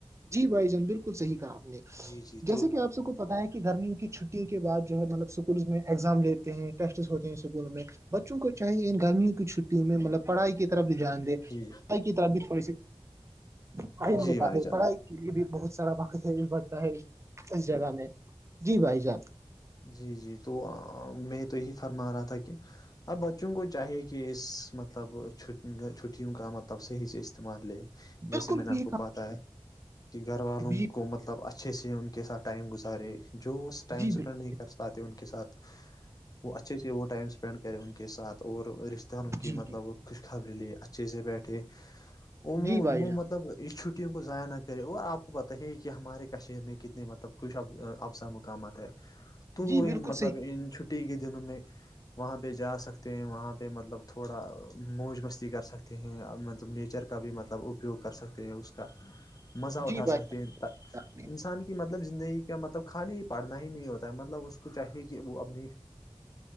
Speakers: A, on the right; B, on the left.
A: جی بھائی جان بالکل صحیح کہا آپ نے
B: جی جی تو
A: جیسے کہ آپ سب کو پتاہ ہے کہ کہ گرمیوں کی چھٹیوں کے بعد جو ہے مطلب اسکولز میں ایگزام لیتے ہیں ٹیسٹس ہوتے ہیں اسکول میں بچوں کو چاہے ان گرمیوں کی چھٹیوں میں مطلب پڑھائی کی طرف بھی جان
B: جی جی
A: ائی کی طرف بھی تھوڑی سی آر ہم
B: جی
A: نے کہا
B: بھائی جان
A: <inaudible> لی بھی بہت سارا وقت ہے بڑھتا ہے اس جگہ میں جی بھائی جان <inaudible>
B: جی جی تو میں تو یہی فرما رہا تھا کہ اب بچوں کو چاہیے کہ اس مطلب چ چھٹیوں کا مطلب صحیح سے استعمال لے
A: بالکل
B: جیسے میں نے
A: صحیح
B: آپ کو
A: کہا
B: پا ہے کہ گھر والوں
A: جی
B: کو مطلب اچھا <inaudible> اچھے سے ان کے ساتھ ٹائم گزارے جو ٹائم
A: جی
B: اسپینڈ
A: بالکل
B: نہیں کر پاتے ان کے ساتھ وہ اچھے سے وہ ٹائم اسپینڈ کرے ان کے ساتھ اور رشتہ داروں کی
A: جی
B: مطلب
A: جی
B: کوش خبریں لے اچھے سے بیٹھے وہ مح
A: جی بھائی جان
B: مطلب اس چھٹیوں کو ضائع نہ کرے اور آپ کو پتا ہی ہے کہ ہمارے کشمیر میں کتنے مطلب خوش افزا مقامات ہے تو
A: جی
B: وہ
A: بالکل
B: مطلب
A: صحیح
B: ان چھٹی کے دنوں میں وہاں پہ جا سکتے ہیں وہاں پہ مطلب تھوڑا موج مستی کر سکتے ہیں مطلب نیچر کا بھی مطلب اپیوگ کر سکتے ہیں اس کا مزہ اٹھا
A: جی بھائی
B: سکتے ہیں
A: جان نے
B: انسان کی مطلب زندگی کا مطلب خالی پڑھنا ہی نہیں ہوتا ہے مطلب اس کو چاہیے کہ وہ اپنی